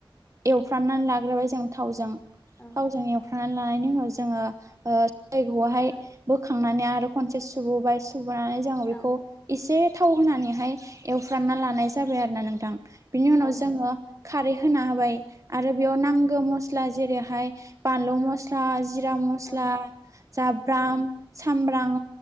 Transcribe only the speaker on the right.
एवफ्रामनानै लाग्रोबाय जों थावजों।
थावजों एव खांनानै लानायनि उनाव जोङो जय <unintelligible> आवहाय बोखांनानै आरो खनसे सुबाव बाय सु बोनानै जोङो
बेखौ एसे थाव होनानैहाय एवफ्रामना लानाय जाबाय आरो ना नोंथां। बिनि उनाव
जोङो खारै होना होबाय आरो बेयाव नांगौ मस्ला जेरैहाय बानलु मस्ला जिरा मस्ला
जा ब्राम
<unintelligible> सामब्रां